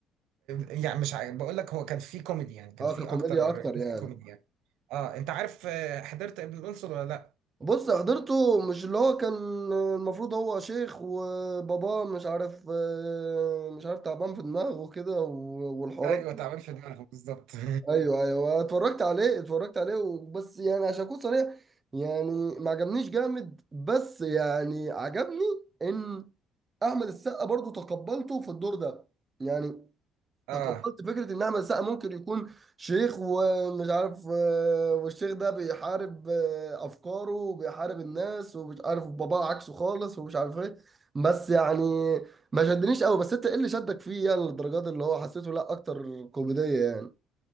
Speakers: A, on the right; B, on the right.
A: يعني مش عارف بقول لك هو كان في كوميدي يعني كان
B: اه
A: في
B: ككوميديا
A: اكتر
B: اكتر يعني
A: جزء كوميدي يعني اه انت عارف آه، حضرت ابن الانصر ولا لا
B: بص حضرته مش اللي هو كان المفروض هو شيخ وباباه مش عارف آه، مش عارف تعبان في دماغه كده و- والحوارات
A: ايوه تعبان
B: دي.
A: في دماغه بالظبط <laughs>
B: ايوه ايوه اتفرجت عليه اتفرجت عليه وبس يعني عشان اكون صريح يعني ما عجبنيش جامد بس يعني عجبني ان احمد السقا برضو تقبلته في الدور ده يعني
A: اه
B: تقبلت فكرة إن أحمد السقا ممكن يكون شيخ ومش عارف آه، والشيخ ده بيحارب آه، أفكاره وبيحارب الناس ومش عارف باباه عكسه خالص ومش عارف إيه بس يعني ما شدنيش قوي بس أنت إيه اللي شدك فيه يعني للدرجات اللي هو حسيته لا أكتر كوميدية يعني